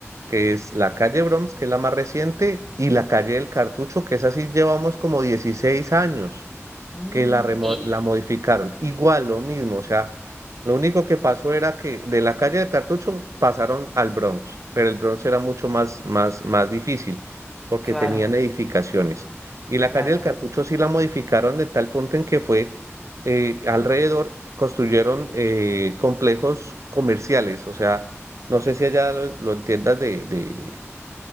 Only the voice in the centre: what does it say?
Mm,
y
claro,
claro.